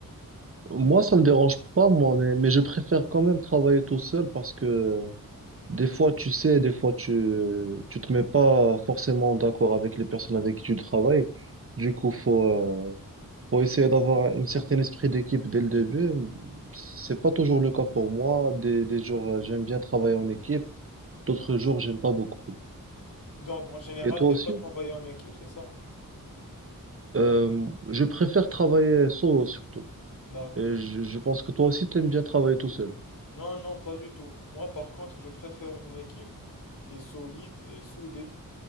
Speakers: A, on the right (about 40°); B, on the left (about 65°).
A: Moi, ça me dérange pas, moi, mais, mais je préfère quand même travailler tout seul parce que des fois, tu sais, des fois, tu, tu te mets pas forcément d'accord avec les personnes avec qui tu travailles. Du coup, faut, euh, faut essayer d'avoir un certain esprit d'équipe dès le début. C'est pas toujours le cas pour moi. Des, des jours, euh, j'aime bien travailler en équipe. D'autres jours, j'aime pas beaucoup.
B: Donc, en général,
A: Et toi
B: t'aimes
A: aussi?
B: pas travailler en équipe, c'est ça?
A: Euh, je préfère travailler solo surtout.
B: D'accord.
A: Et je, je pense que toi aussi, t'aimes bien travailler tout seul.
B: Non, non, pas du tout. Moi, par contre, je préfère une équipe qui est solide et soudée